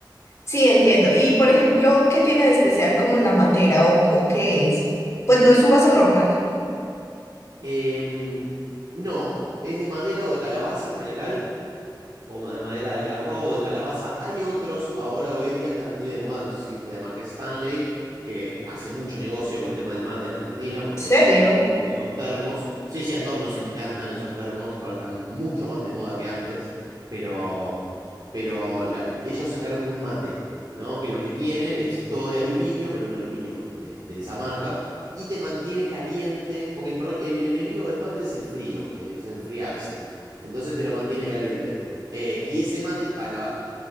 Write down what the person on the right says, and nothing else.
Em, no, es de madera o de calabaza en general o ma- de madera de algarrobo, o de calabaza. Hay otros, ahora hoy en día están muy de moda, no sé si viste la marca Stanley, que hace mucho negocio con el tema del mate en Argentina, porque
todos compramos esos termos. Sí, sí, a todos nos encantan esos termos, ahora están mucho más de moda que antes, pero, pero la- ellos sacaron un mate, ¿no? Que lo que tiene es todo de aluminio, pero un aluminio de, de esa marca. Y te mantiene caliente, porque el, pro- el enemigo del mate es el frío, es enfriarse. Entonces te lo mantiene caliente. Eh, y ese mate para,